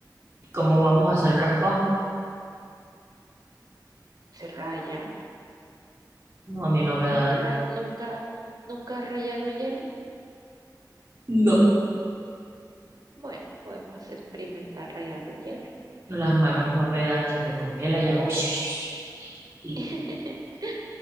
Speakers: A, on the right (about 35°); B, on the right (about 60°).
A: ¿Cómo vamos a hacer el raspado?
B: Se raya.
A: No, a mí no me
B: Nunca,
A: dan,
B: ray- nunca, nunca has rayado hielo.
A: no,
B: Bueno, podemos experimentar rayando hielo.
A: las manos no me dan, se me congela y hago <laughs> y,
B: <laughs>
A: y- y- y-